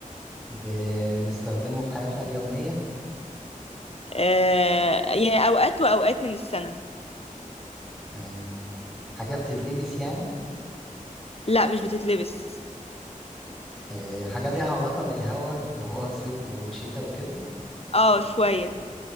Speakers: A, in the centre; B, on the left.
A: بنستخدمه في حياتنا اليومية
B: آه يعني اوقات واوقات من السنه
A: آه، حاجة بتتلبس يعني
B: لا مش بتتلبس
A: آه، حاجة ليها علاقة بالهواء اللي هو صيف وشتاء وكده
B: اه شويه